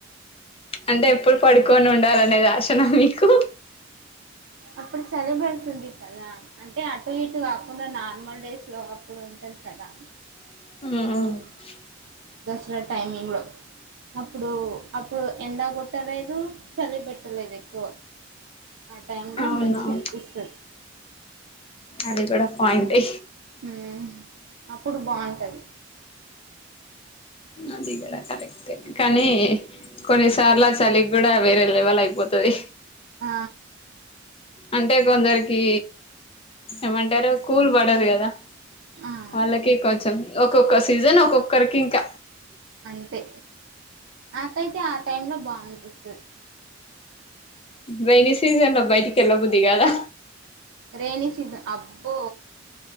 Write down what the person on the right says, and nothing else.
అప్పుడు చలిబెడుతుంది కదా అంటే అటు ఇటు కాకుండా నార్మల్ డేస్లో అప్పుడు ఉంటది కదా
సో దసరా టైమింగ్లో అప్పుడు అప్పుడు ఎండ కొట్టలేదు చలి పెట్టలేదు ఎక్కువ ఆ టైమ్లో
మంచిగ అనిపిస్తాది
హ్మ్ అప్పుడు బాగుంటది
ఆ
ఆ
ఎస్
అంతే నాకైతే ఆ టైమ్లో బాగానిపిస్తాది
రేయినీ సీజన్ అబ్బో